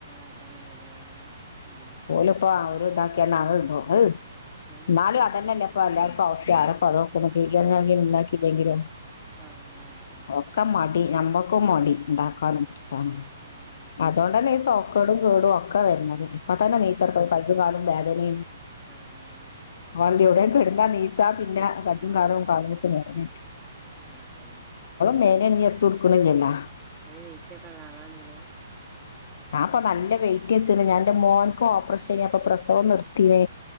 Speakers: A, on the right (about 15°); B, on the left (about 60°).
A: അതാണ്ലേ ഉം
B: ഒൽ പ്പോ ആ ഒരു താക്കിയാണ്ട് ഇടും ആഹ്ഹ്
A: ആ
B: നാലും അതന്നെപ്പ
A: പിന്നെ
B: എല്ലർക്കും ആഹുഹ്സ്യം ആരപ്പതോക്കുണ് ബിരെണി
A: പിന്നെന്താ
B: ഉണ്ടാക്കില്ലെങ്കിലോ
A: ആ അതാണ്
B: ഒക്കെ മടി നമ്മക് ഒക്ക മടി
A: ഉം
B: ഉണ്ടാക്കാനും പുട്ച്ചാനും
A: ആ
B: അതുകൊണ്ടന്നെ
A: ആ
B: ഈ സോക്കടും കേടും ഒക്കെ വര്ണത് പ്പതന്നെ നീച്ചട്ക്കന് ഈ കജ്ജും കാലും വേദനിം
A: ആഹ
B: ആടീ എവിടെയും കെടുന്നാ നീച്ചാ പിന്നെ കജും
A: ആ
B: കാലവും കാല്മുട്ടും വേദനായിട്ട് വെഴാ
A: ആ അതന്നെ
B: മേനനങ്ങി എത്തും ഇട്ക്ക്ണില്ലല്ലോ
A: അത് വെയിറ്റ് ഒക്കെ ഉള്ള ആളാണ് നിങ്ങള്
B: ആ അപ്പ നല്ല വെയ്റ്റച്ച്ന്ന് ഞാൻ എന്റെ മോൻകോപ്പറേഷന
A: ആ
B: അപ്പൊ പ്രസവം നി ത്തിയെ